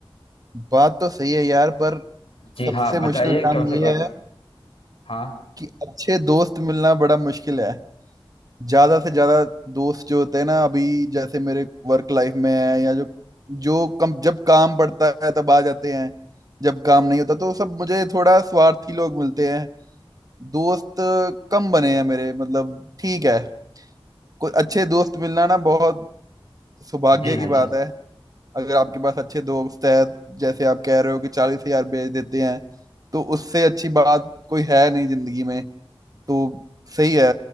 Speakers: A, on the right; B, on the left.
A: बात तो सही है यार पर
B: जी
A: सबसे
B: हाँ बताइए
A: मुश्किल काम
B: कौन सी
A: ये
B: बात
A: है
B: हाँ
A: कि अच्छे दोस्त मिलना बड़ा मुश्किल है ज्यादा से ज्यादा दोस्त जो होते हैं ना अभी जैसे मेरे वर्क लाइफ में है या जो जो कम जब काम पड़ता है तब आ जाते हैं जब काम नहीं होता तो सब मुझे थोड़ा स्वार्थी लोग मिलते हैं दोस्त कम बने हैं मेरे मतलब ठीक है कोई अच्छे दोस्त मिलना ना बहुत सौभाग्य
B: जी हाँ
A: की बात
B: जी
A: है अगर आपके पास अच्छे दोस्त है जैसे आप कह रहे हो कि चालीस हजार भेज देते हैं तो उससे अच्छी बात कोई है नहीं जिंदगी में तो सही है